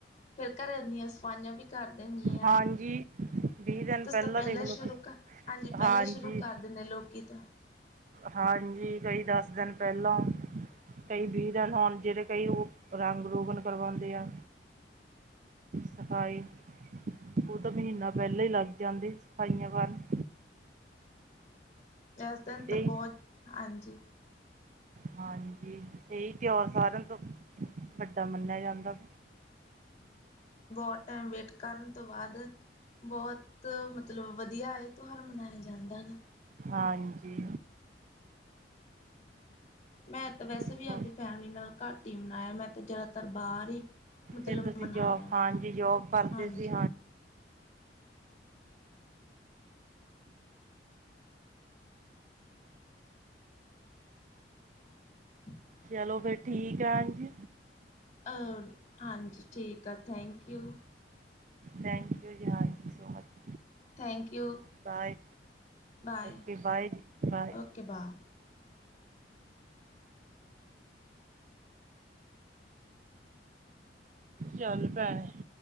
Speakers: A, on the left; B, on the right.
A: ਫਿਰ ਘਰਾਂ ਦੀਆਂ ਸਫਾਈਆਂ ਵੀ ਕਰਦੇ ਹੁੰਨੇ ਆ
B: ਹਾਂਜੀ ਵੀਹ ਦਿਨ
A: ਤੁਸੀ ਤਾਂ ਪਹਿਲਾਂ
B: ਦੇਖ ਲਓ
A: ਸ਼ੁਰੂ ਕਰ ਹਾਂਜੀ ਪਹਿਲਾਂ
B: ਹਾਂਜੀ
A: ਸ਼ੁਰੂ ਕਰ ਦਿਨੇ ਲੋਕੀ ਤਾਂ
B: ਹਾਂਜੀ ਕਈ ਦਸ ਦਿਨ ਪਹਿਲਾਂ ਕਈ ਵੀਹ ਦਿਨ ਹੁਨ ਜੇਰੇ ਕਈ ਉਹ ਰੰਗ ਰੋਗਨ ਕਰਵਾਉਂਦੇ ਆ। ਸਫਾਈ ਉਹ ਤਾਂ ਮਹੀਨਾ ਪਹਿਲਾਂ ਹੀ ਲੱਗ ਜਾਂਦੀ ਸਫਾਈਆਂ ਕਰਨ
A: ਇਸ ਦਿਨ ਤਾਂ
B: ਇਹੀ
A: ਬਹੁਤ ਹਾਂਜੀ
B: ਹਾਂਜੀ ਇਹੀ ਤਿਉਹਾਰ ਸਾਰਿਆਂ ਤੋਂ ਵੱਡਾ ਮੰਨਿਆ ਜਾਂਦਾ।
A: ਬਹੁਤ ਟਾਈਮ ਵੇਟ ਕਰਨ ਤੋਂ ਬਾਅਦ ਬਹੁਤ ਮਤਲਬ ਵਧੀਆ ਇਹ ਤਿਉਹਾਰ ਮਨਾਇਆ ਜਾਂਦਾ।
B: ਹਾਂਜੀ।
A: ਮੈਂ ਤਾਂ ਵੈਸੇ
B: ਹੋਰ
A: ਵੀ ਆਵਦੀ ਫੈਮਿਲੀ ਨਾਲ ਘੱਟ ਹੀ ਮਨਾਇਆ ਮੈਂ ਤਾਂ ਜ਼ਿਆਦਾਤਰ ਬਾਹਰ ਹੀ ਮਤਲਬ
B: ਫਿਰ ਤੁਸੀਂ
A: ਮਨਾਇਆ
B: ਜੋਬ
A: ਹੈਗਾ
B: ਹਾਂਜੀ ਜੋਬ ਕਰਦੇ
A: ਹਾਂਜੀ
B: ਸੀ
A: <inaudible>
B: ਚਲੋ ਫਿਰ ਠੀਕ ਆ ਹਾਂਜੀ
A: ਅ ਹਾਂਜੀ ਠੀਕ ਆ ਥੈਂਕ ਯੂ
B: ਥੈਂਕ ਯੂ ਜੀ ਹਾਂ you so much.
A: Thank you.
B: Bye.
A: Bye
B: okay bye ਜੀ ਬਾਏ
A: ਓਕੇ ਬਾ।
B: ਚੱਲ <unintelligible>